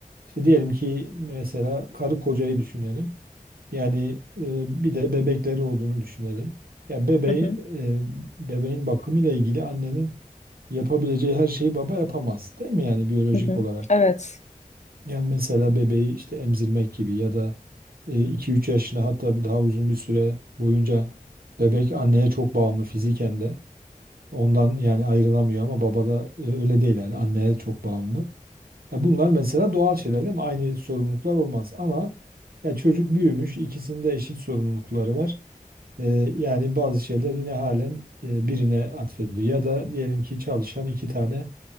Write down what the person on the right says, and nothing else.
İşte diyelim ki mesela karı kocayı düşünelim. Yani e, bir de bebekleri olduğunu düşünelim. Ya bebeği
e, bebeğin bakımıyla ilgili annenin yapabileceği her şeyi baba yapamaz, değil mi yani biyolojik
olarak?
Yani mesela bebeği işte emzirmek gibi ya da 2-3 yaşına hatta bir daha uzun bir süre boyunca bebek anneye çok bağımlı fiziken de. Ondan yani ayrılamıyor ama babada e, öyle değil yani anneye çok bağımlı. Ya bunlar mesela doğal şeyler değil mi? Aynı sorumluluklar olmaz ama ya çocuk büyümüş, ikisinde eşit sorumlulukları var. Ee, yani bazı şeyler yine halen e, birine atfediliyor. Ya da diyelim ki çalışan iki tane